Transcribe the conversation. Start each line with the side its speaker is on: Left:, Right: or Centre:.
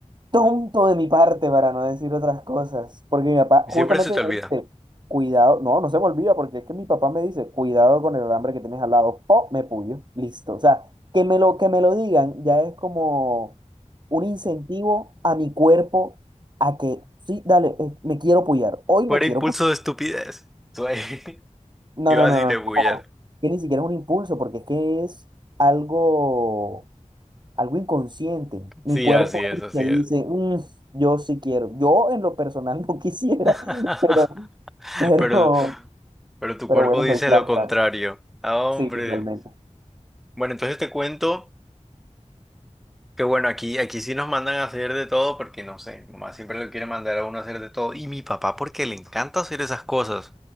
Right: tonto de mi parte para no decir otras cosas, porque mi papá
Centre: Siempre
Right: justamente
Centre: se te olvida.
Right: me dice, cuidado, no, no se me olvida, porque es que mi papá me dice, cuidado con el alambre que tienes al lado, o me puyo, listo. O sea, que me lo, que me lo digan ya es como un incentivo a mi cuerpo a que, sí, dale, eh, me quiero puyar, hoy
Centre: Fuera
Right: me quiero
Centre: impulso
Right: puyar.
Centre: de estupidez. Tú ahí- <laughs>
Right: No,
Centre: Ibas
Right: no, no,
Centre: y
Right: no,
Centre: te bullas.
Right: no, que ni siquiera es un impulso, porque es que es algo algo inconsciente. Mi
Centre: Sí,
Right: cuerpo
Centre: así es,
Right: es el
Centre: así
Right: que
Centre: es.
Right: dice, "Mm, yo sí quiero. Yo en lo personal no quisiera,
Centre: <laughs>
Right: <laughs> pero, pero,
Centre: Pero, pero tu
Right: pero
Centre: cuerpo
Right: bueno,
Centre: dice
Right: soy tras
Centre: lo contrario.
Right: tras.
Centre: Ah, hombre.
Right: Sí, totalmente.
Centre: Bueno, entonces te cuento que bueno, aquí, aquí sí nos mandan a hacer de todo porque no sé, mi mamá siempre lo quiere mandar a uno a hacer de todo. Y mi papá porque le encanta hacer esas cosas.